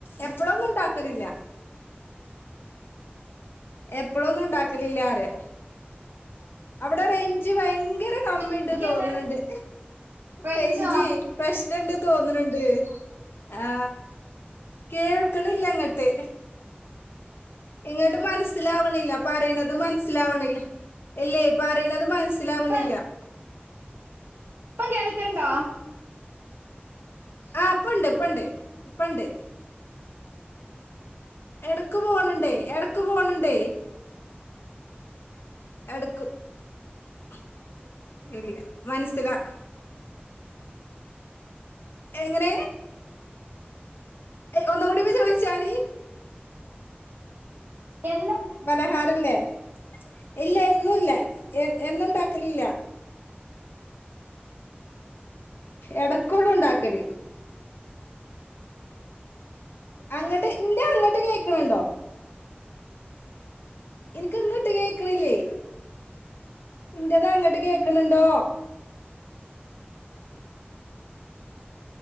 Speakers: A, on the left; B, on the right.
A: എപ്പളുവൊന്നും ഉണ്ടാക്കലില്ല. എപ്പളൊന്നും ഉണ്ടാക്കലില്ലാന്നു പറയാ. അവിടെ റേ ഞ്ച് ഭയങ്കര കമ്മിണ്ട്
B: ഉണ്ടാക്കിയെന്ന്
A: തോന്നണണ്ട്.
B: റേഞ്ചോ
A: റേഞ്ച് പ്രശ്നുണ്ട് തോന്നണ ണ്ട്. ആ കേൾക്കണില്ലങ്ങട്ട് ഇങ്ങോട്ട് മനസ്സിലാവണില്ല. പറയണത് മനസ്സിലാവണില്ല. ഇല്ലേ പറയണത് മനസ്സിലാവണില്ല.
B: ഇപ്പൊ ഇപ്പം കേൾക്കണുണ്ടോ?
A: ആ ഇപ്പണ്ട് ഇപ്പണ്ട് ഇപ്പണ്ട്. ഇടക്ക് പോണുണ്ടേ ഇടക്ക് പോണുണ്ടേ. എടക്കും <unintelligible> മനസ്സിലാ എങ്ങനെ? ഒന്നും കൂടിയൊന്ന് ചോയ് ച്ചാണീ
B: എന്നോ
A: പലഹാരല്ലേ. ഇല്ല എന്നും ഇല്ല എന്നും ഉണ്ടാക്കലില്ല. എടക്കൊള്ളൂ ഉണ്ടാക്കല്. അങ്ങട്ട് എന്റെ അങ്ങട്ട് കേക്കണുണ്ടോ? എനിക്കങ്ങോട്ട് കേക്കണില്ലേ? എന്റേത് അങ്ങോട്ട് കേക്കണുണ്ടോ?